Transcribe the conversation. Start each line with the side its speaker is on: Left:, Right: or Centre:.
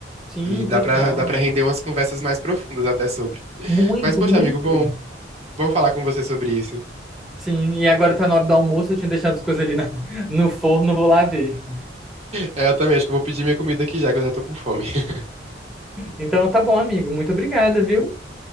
Centre: sim,
Right: E dá
Centre: total.
Right: pra dá para render umas conversas mais profundas até sobre.
Centre: Muito,
Right: Mas poxa,
Centre: muito.
Right: amigo, bom, vamos falar com você sobre isso.
Centre: Sim, e agora tá na hora do almoço, eu tinha deixado as coisas ali na- no forno, vou lá ver.
Right: É, eu também acho que eu vou pedir minha comida aqui já que eu já tô com fome. <laughs>
Centre: Então tá bom, amigo. Muito obrigada, viu?